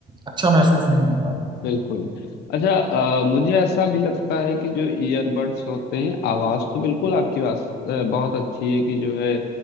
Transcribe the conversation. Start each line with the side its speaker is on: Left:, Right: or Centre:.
Right: अच्छा महसूस नहीं होता
Left: बिल्कुल अच्छा अ, मुझे ऐसा भी लगता है कि जो ईयरबड्स होते हैं आवाज तो बिल्कुल आपकी आवाज अ, बहुत अच्छी है कि जो है